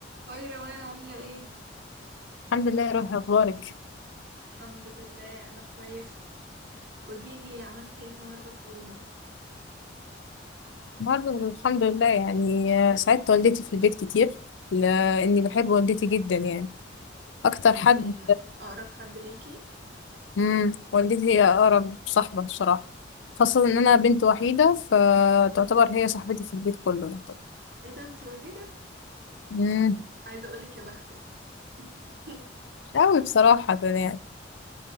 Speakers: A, on the right; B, on the left.
A: هاي روان عاملة ايه؟
B: الحمد لله يا روحي اخبارك
A: الحمد لله أنا كويسة قوليلي عملتي ايه النهاردة في يومك؟
B: برضه الحمد لله يعني آه، ساعدت والدتي في البيت كتير لاني بحب والدتي جدا يعني اكتر
A: انتي
B: حد
A: أقرب حد ليكي؟
B: امم والدتي هي اقرب صاحبه بصراحه خاصه ان انا بنت وحيده فتعتبر هي صاحبتي في البيت كله يعني
A: ايه ده انتي وحيدة؟
B: امم
A: عايزة أقولك يا بختك <laughs>
B: مش قوي بصراحه يعني